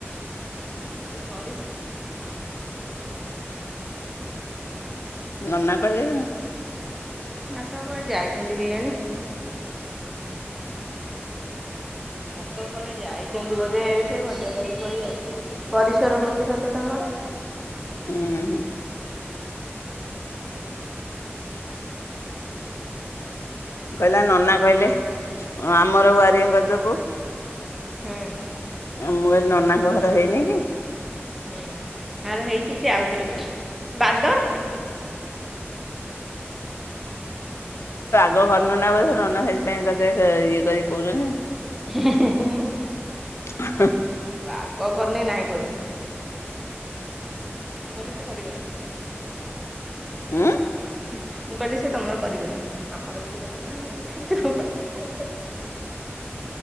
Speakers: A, in the centre; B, on the left.
A: ତାର ସରୁ। ଆଉ
B: ନନା କୁଆଡ଼େ ଯାଇଛନ୍ତି?
A: ବାପା କୁଆଡେ ଯାଇଛନ୍ତି କେଜାଣି। ବାପା କୁଆଡ଼େ ଯାଇ ଯାଇଚନ୍ତି ବୋଧେ ସେ ବଜାର ଆଡେ କୁଆଡେ ଯାଇଥିବେ କି ପରିଶ୍ୱର ମନ୍ଦିର ତ ତାଙ୍କର।
B: ଉଁ ହୁଁ। କହିଲା ନନା କହିଲେ ହଁ ଆମର ୱାରିଂ କରିଦୋବୁ।
A: ହୁଁ।
B: ମୁଁ କହିଲି ନନାଙ୍କ ଘର ହେଇନି କି।
A: ହୁଁ ଆର ହେଇଚି ସେ ଆଉଥରେ କରିବ ବାଦ।
B: ତ ଘର ନନା ବୋଧ ସେଇଥିପାଇଁ ତତେ ଇଏ କରି କୋହୁଚନ୍ତି।
A: <inaudible>
B: <inaudible>
A: ପାଗ କରିନି ନାହିଁ କରିଚି। ମୁଁ କହିଲି କରିବେନି <unintelligible>
B: ହୁଁ
A: ମୁଁ କହିଲି ସେ ତମର କରିବନି ଆମର ବୋଲି କରିଦେଲା ତମର କାଇଁ କରିବ।